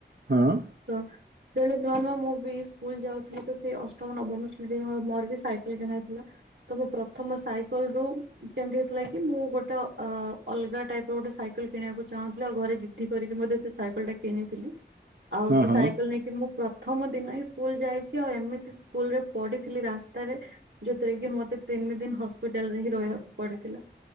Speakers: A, on the right; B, on the right.
A: ହଁ।
B: ତ ତେବେଳେ ନୂଆ ନୂଆ ମୁଁ ବି ସ୍କୁଲ ଯାଉଥିଲି ତ ସେ ଅଷ୍ଟମ ନବମୀ ଶ୍ରେଣୀରେ ମୋର ବି ସାଇକେଲ କିଣାହେଇଥିଲା। ତ ମୁ ପ୍ରଥମ ସାଇକେଲ୍ ରୁ କେମିତି ହେଇଥିଲା କି ମୁଁ ଗୋଟେ ଅ ଅଲଗା ଟାଇପ ର ଗୋଟେ ସାଇକେଲ କିଣିବାକୁ ଚାହୁଁଥିଲି ଆଉ ଘରେ ଜିଦ୍ଧି କରିକି ମଧ୍ୟ ସେ ସାଇକେଲ ଟା କିଣିଥିଲି। ଆଉ
A: ହଁ
B: ସେ
A: ହଁ
B: ସାଇକେଲ ନେଇ ମୁଁ ପ୍ରଥମ ଦିନ ହିଁ ସ୍କୁଲ ଯାଇଚି ଆଉ ଏମିତି ସ୍କୁଲରେ ପଢିଥିଲି ରାସ୍ତାରେ। ଯୋଉଥିରେ କି ମତେ ତିନି ଦିନ୍ ହସ୍ପିଟାଲ୍ ରେ ହିଁ ରହିବାକୁ ପଡିଥିଲା।